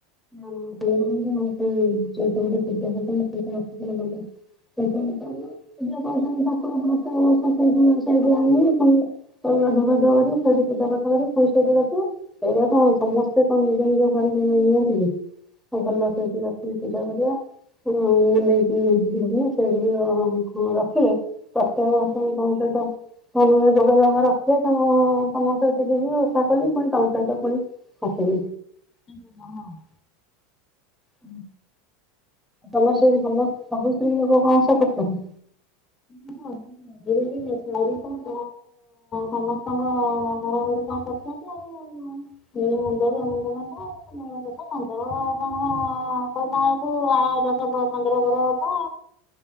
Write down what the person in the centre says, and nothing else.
ହଁ <unintelligible> ପୂଜା ହେଇଥାନ୍ତା ସେଇଥିପାଇଁ ଆସିଥିଲେ କାଲି ନା। ସେଇଥିପାଇଁ ତ ଆମର ପୂଜା ଠାକୁର <unintelligible> ଆଣିବେ ପୁଣି ସବୁ ଗାଧୁଆ ପାଧୁଆ କରି ସେଇଠି ପୂଜା କରିସାରିଲାରୁ ପୁଣି ସେଇଠି ରଖିବ। ସେଇଆ ହଁ ସମସ୍ତେ କଣ ନିଜ ନିଜ ଘରେ ନିଅନ୍ତିି କି ଆଉ ଭଲ
ସେଇଠି ରଖି ପୂଜା କରିବା <inaudible> ନେଇକି <unintelligible> ସେଇଠିକି <unintelligible> ରଖିଲେ ପ୍ରତ୍ୟେକ ବର୍ଷ
ମୁଁ ତାଙ୍କ ସହିତ ତୋମେ ଭାଇ ଯୋଗ ଯାକ ରଖଥିବ। ତୋମ ତୋମ ସହିତ ଯିଏ ଯିବେ ଓଷା କଲିି ପୁଣି ତୋମ ସହିତ ପୁଣି ଆସିବେ।
ହୁଁ। ଭଲ ସବୁ ଯେ ଭଲ ସବୁ ସ୍ତ୍ରୀ ଲୋକ କଣ ଓଷା କରୁଚନ୍ତି?
ହ <inaudible>